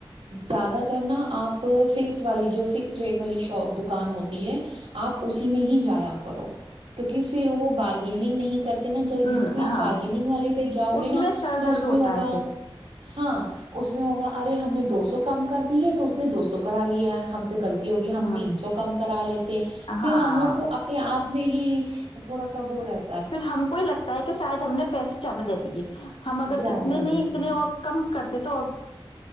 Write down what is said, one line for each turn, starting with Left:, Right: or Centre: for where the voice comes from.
Right: زیادہ ترنا آپ فکس والی جو فکس ریٹ والی شاپ دکان ہوتی ہے آپ اسی میں ہی جایا کرو کیونکہ پھر وہ بارگیننگ نہیں کرتے نا ج
Left: ہ
Right: جس میں آپ
Left: ہاں
Right: بارگنگ والے پہ جاؤ
Left: اس
Right: گے نا
Left: میں سر
Right: تو
Left: درد
Right: اس
Left: ہوتا
Right: ہوگا
Left: ہے پھر
Right: ہاں اس میں ہوگا ارے ہم نے دو س کم کر دی ہے تو اس نے دو سو کرا لیا ہم سےغلط <unintelligible> ہوگی ہم
Left: ہ
Right: تین سو کم کرا لیتے ہیں پھر
Left: ہاں
Right: ہم لوگ کو اپنے آپ <unintelligible> نہیں تھوڑا سا وہ رہا <unintelligible>
Left: پھر ہم کو ہی لگتا ہے کہ شاید ہم نے پیسے <unintelligible> چل دے سے <unintelligible> ہم اگر
Right: زیادہ
Left: اتنے
Right: دے
Left: نہیں اتنے
Right: دیے
Left: اور کم کرتے تو اور <unintelligible>